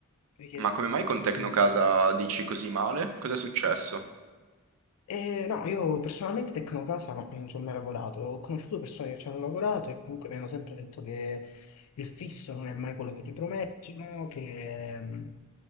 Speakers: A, on the left; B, on the right.
A: Richiede
B: ma come
A: veramente
B: mai con
A: un
B: Tecnocasa
A: impegno diverso.
B: dici così male? Cos'è successo?
A: E no, io personalmente Tecnocasa no, non ci ho mai lavorato. Ho conosciuto persone che ci hanno lavorato e comunque mi hanno sempre detto che il fisso non è mai quello che ti promettono, che... ehm,